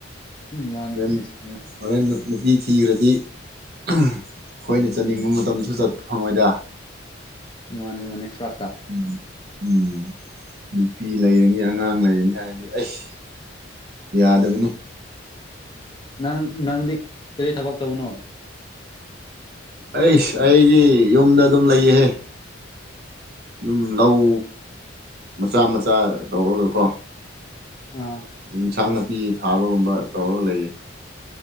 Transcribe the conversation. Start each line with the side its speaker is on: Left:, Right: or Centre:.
Left: ꯎꯝ ꯋꯥꯅꯤ
Right: ꯍꯣꯔꯦꯟ
Left: ꯋꯥꯅꯤ ꯁꯉ
Right: ꯍꯣꯔꯦꯟ ꯅꯨꯄꯤ ꯊꯤꯔꯗꯤ ꯑꯩꯈꯣꯏꯅ ꯆꯠꯅꯤꯡꯕ ꯃꯇꯝꯗꯁꯨ ꯆꯠ ꯐꯪꯉꯣꯏꯗ
Left: ꯃꯥꯅꯦ ꯃꯥꯅꯦ ꯐ꯭ꯔ
Right: ꯎꯝ ꯎꯝ ꯅꯨꯄꯤ ꯂꯩꯔꯅꯤ ꯑꯉꯥꯡ ꯂꯩꯔꯅꯤ ꯍꯥꯏꯔꯗꯤ ꯑꯩ ꯌꯥꯗꯕꯅꯤ
Left: ꯅꯪ ꯅꯪꯗꯤ ꯀꯔꯤ ꯊꯕꯛ ꯇꯧꯕꯅꯣ
Right: ꯑꯩꯁ ꯑꯩꯒꯤ ꯌꯨꯝꯗ ꯑꯗꯨꯝ ꯂꯩꯌꯦꯍꯦ ꯑꯗꯨꯝ ꯂꯧ ꯃꯆꯥ ꯃꯆꯥ ꯇꯧꯔꯒꯀꯣ
Left: ꯑꯝ
Right: ꯑꯦꯟꯁꯥꯡ ꯅꯥꯄꯤ ꯊꯥꯕꯒꯨꯝꯕ ꯇꯧꯔꯒ ꯂꯩꯌꯦ